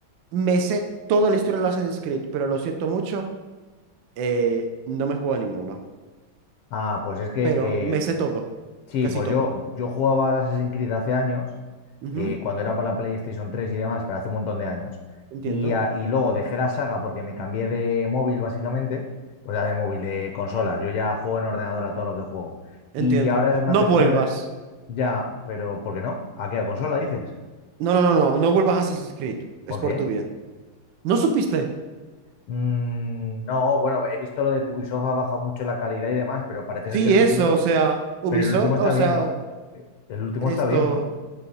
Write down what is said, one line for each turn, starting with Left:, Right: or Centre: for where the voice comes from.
Right: me sé toda la historia de los Assassin's Creed, pero lo siento mucho, eh, no me juego a ninguno.
Left: Ah, pues es que
Right: Pero
Left: eh,
Right: me sé todo,
Left: Sí,
Right: casi
Left: pues
Right: todo.
Left: yo, yo jugaba al Assassin's Creed hace años,
Right: Ujú,
Left: eh, cuando era para la PlayStation tres y demás, pero hace un montón de años.
Right: Entiendo,
Left: Y, a- y luego dejé la saga porque me cambié de móvil, básicamente, o sea, de móvil, de consola. Yo ya juego en ordenador a todo lo que juego.
Right: entiendo.
Left: Y ahora me
Right: No
Left: apetece
Right: vuelvas.
Left: re- ya, pero ¿por qué no? ¿A qué? ¿A consola dices?
Right: No, no, no, no, no vuelvas a Assassin's Creed. Es
Left: ¿Por
Right: por
Left: qué?
Right: tu bien. ¿No supiste?
Left: Mm, no, bueno, he visto lo de que Ubisoft ha bajado mucho la calidad y demás, pero parece
Right: Sí,
Left: ser que el
Right: eso,
Left: último,
Right: o sea, Ubisoft,
Left: pero el último está
Right: o sea,
Left: bien, ¿no? El último
Right: esto,
Left: está bien, ¿no?